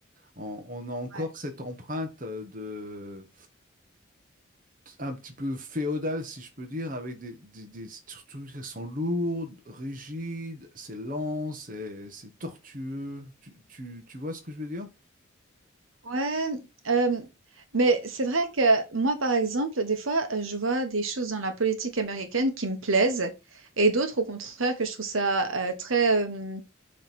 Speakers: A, on the right; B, on the right.
A: On, on a encore
B: Ouais.
A: cette empreinte euh, de un petit peu féodale, si je peux dire, avec des, des, des structures qui sont lourdes, rigides, c'est lent, c'est c'est tortueux. Tu, tu, tu vois ce que je veux dire?
B: Ouais, hem, mais c'est vrai que moi, par exemple, des fois, heu, je vois des choses dans la politique américaine qui me plaisent et d'autres, au contraire, que je trouve ça, heu, très, hem,